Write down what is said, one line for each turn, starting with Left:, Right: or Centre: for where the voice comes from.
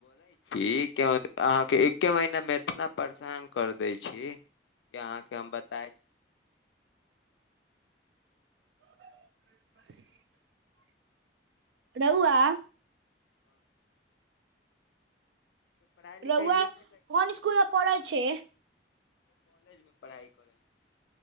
Left: अहाँ एके महीना मे एतना परेशान कर दैइ छी कि अहाँके हम बताय <inaudible>
Right: <inaudible> रौआ
Left: अहाँके पढ़ाइ लिखाइ
Right: रउआ
Left: नीक चलै
Right: कोन स्कूल मे पढ़ैइ छी
Left: कॉलेज में पढ़ाइ करैय छी